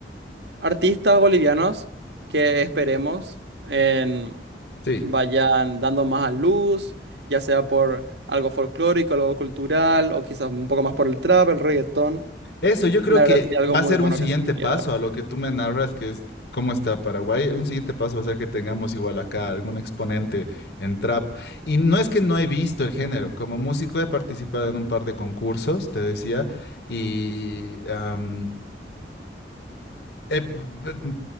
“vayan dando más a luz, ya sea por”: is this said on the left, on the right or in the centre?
Right